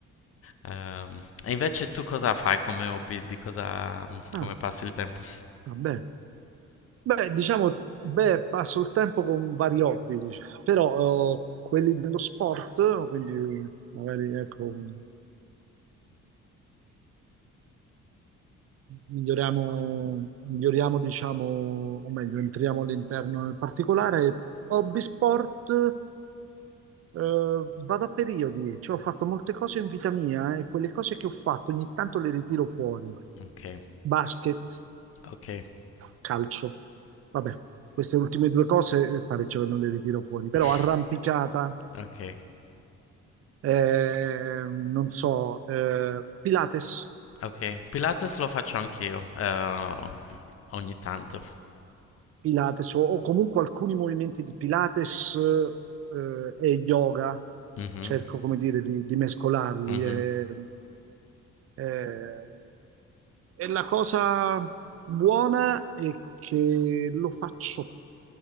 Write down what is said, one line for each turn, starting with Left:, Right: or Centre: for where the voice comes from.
Left: Ehm, e invece tu cosa fai come hobby? Di cosa, mm,
Right: Ah,
Left: come passi il tempo?
Right: vabbè. Beh, diciamo, beh, passo il tempo con vari hobby, diciamo. Però eh, quelli dello sport, quindi magari ecco, miglioriamo, miglioriamo, diciamo, o meglio, entriamo all'interno nel particolare. Hobby sport, eh, vado a periodi, cioè ho fatto molte cose in vita mia eh, e quelle cose che ho fatto ogni tanto le ritiro fuori.
Left: Ok,
Right: Basket.
Left: ok,
Right: calcio. Vabbè, queste ultime due cose eh, parecchio che non le ritiro fuori, però
Left: <laughs>
Right: arrampicata,
Left: ok,
Right: eh, non so, eh, Pilates,
Left: ok. Pilates lo faccio anch'io, eh, ogni tanto.
Right: Pilates o, o comunque alcuni movimenti di Pilates eh, e yoga,
Left: Mhm,
Right: cerco come dire di, di mescolarli.
Left: mhm.
Right: E, e- e la cosa buona è che lo faccio